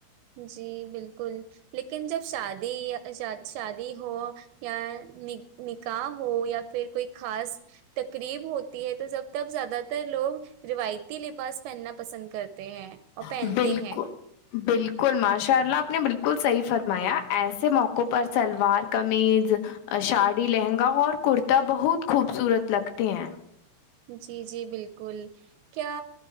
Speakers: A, on the right (about 80°); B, on the left (about 75°).
A: جی بالکل لیکن جب شادی شادی ہو یا ن نکاح ہو یا پھر کوئی خاص تقریب ہوتی ہے تو جب تب زیادہ تر لوگ روایتی لباس پہننا پسند کرتے ہے اور پہنتے
B: بالکل
A: ہیں
B: بالکل ماشاء اللہ آپ نے بالکل صحیح فرمایا ایسے موقعوں پر شلوار قمیض ساڑی لہنگا اور کرتا بہت خوبصورت لگتے ہیں
A: جی جی بالکل کیا